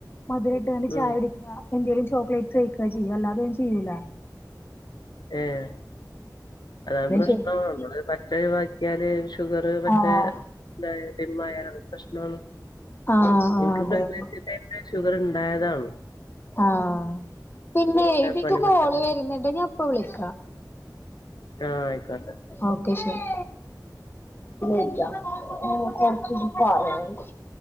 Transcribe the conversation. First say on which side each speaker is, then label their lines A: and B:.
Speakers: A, on the left; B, on the left.
A: മധുരട്ട് ഞാൻ ചായ
B: ഉം
A: കുടിക്കാ എന്തേലും ചോക്ലേറ്റ്സ് കഴിക്കാ ചെയ്യാ അല്ലാതെ ഞ ചെയ്യൂല.
B: ഏഹ് അതാണ്
A: <unintelligible>
B: <unintelligible> ഒഴിവാക്കിയാല് ഷുഗർ മറ്റേ
A: ആഹ്
B: ഡിമ്മയാലാണ് പ്രശ്നം
A: ആഹ് ആഹ്
B: ഇൻക്ക്
A: അതെ
B: പ്രഗ്നൻറ്റ്ന്നെ
A: അതെ
B: ഷുഗർണ്ടായതാണ്.
A: ആഹ് പിന്നെ ഇതിക്ക്
B: പണി
A: കോള്
B: പെട്ടിട്ടുണ്ട്
A: വരുന്ന്ണ്ട് ഞാ പ്പ വിളിക്കാ.
B: ആ ആയിക്കോട്ടെ
A: ഒക്കെ ശെരി <unintelligible>